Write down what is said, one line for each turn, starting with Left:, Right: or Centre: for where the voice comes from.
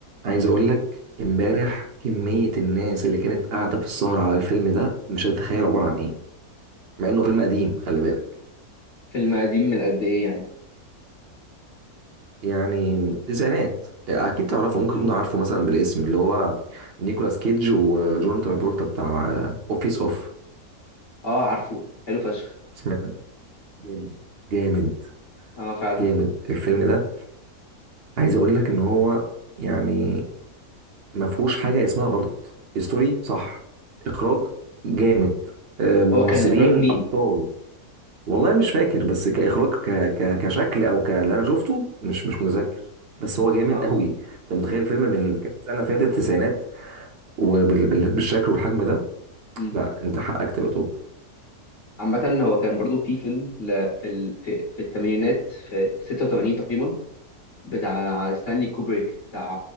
Right: عايز اقول لك امبارح كمية الناس اللي كانت قاعدة في السهرة على الفيلم ده مش هتتخيل عبارة عن ايه مع انه فيلم قديم خلي بالك
Left: فيلم قديم من قد ايه يعني
Right: يعني تسعينات اكيد تعرفه ممكن
Left: امم
Right: تكون عارفه مثلا بالاسم اللي هو نيكولاس كيدج وجون ترافولتا بتاع اوفيس اوف
Left: اه عارفه حلو فشخ
Right: سمعت عنه؟ جامد جامد
Left: اه فعلا
Right: جامد الفيلم ده عايز اقول لك ان هو يعني ما فيهوش حاجة اسمها غلط ستوري صح اخراج جامد آه، ممثلين
Left: هو كان اخراج مين
Right: ابطال والله مش فاكر بس كاخراج ك... ك... كشكل او ك اللي انا شفته مش مش متذكر بس هو جامد
Left: اه
Right: قوي انت متخيل فيلم من كام سنه فاتت التسعينات وبالشكل والحجم ده
Left: امم
Right: لا انت حقك تبقى توب
Left: عامة هو كان برضو في فيلم ل... في ال... في, في الثمانينات في 86 تقريبا بتاع ستانلي كوبريك بتاع